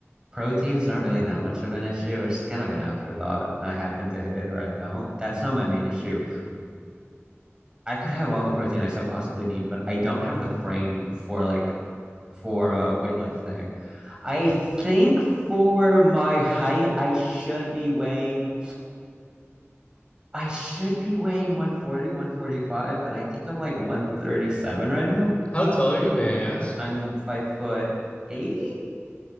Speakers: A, on the right; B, on the left.
A: Protein's not really that much of an issue. It's kind of an afterthought. I happen to hit it or I don't. That's not my main issue. I could have all the protein I so possibly need, but I don't have the frame for like for uh, weightlifting. I think for my height, I should be weighing. I should be weighing one forty, one forty five, and I think I'm like 137 right now.
B: How tall are you, may I ask?
A: I'm five foot eight.